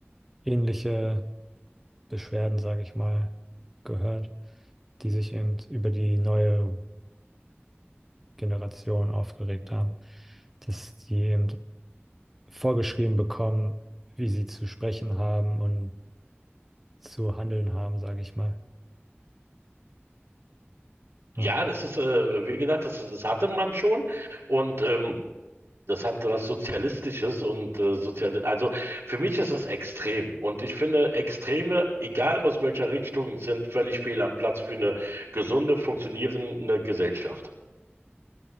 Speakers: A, in the centre; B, on the right.
A: ähnliche Beschwerden, sage ich mal, gehört, die sich eben über die neue Woke-Generation aufgeregt haben, dass die eben vorgeschrieben bekommen, wie sie zu sprechen haben und zu handeln haben, sage ich mal. Ja,
B: Ja, das ist, äh, wie gesagt, das, das hatte man schon und ähm, das hat was Sozialistisches und äh, sozial, also für mich ist es extrem und ich finde Extreme, egal aus welcher Richtung, sind völlig fehl am Platz für eine gesunde, funktionierende Gesellschaft.